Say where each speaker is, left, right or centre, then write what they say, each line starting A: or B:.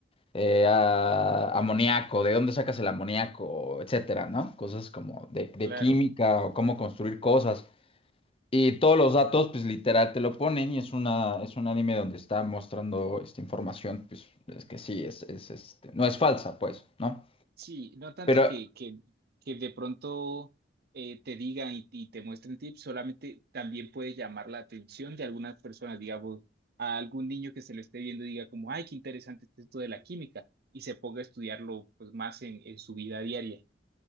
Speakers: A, on the left; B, on the right.
A: eh, a- amoníaco, de dónde sacas el amoníaco, etcétera, ¿no? Cosas como de, de
B: claro.
A: química o cómo construir cosas. Y todos los datos, pues literal te lo ponen y es una, es un anime donde está mostrando esta información, pues es que sí, es, es, este, no es falsa, pues, ¿no?
B: Sí, no tanto
A: Pero
B: que, que, que de pronto eh, te digan y, y te muestren tips, solamente también puede llamar la atención de algunas personas, digamos, a algún niño que se lo esté viendo y diga como, ay, qué interesante es esto de la química, y se ponga a estudiarlo pues más en, en su vida diaria.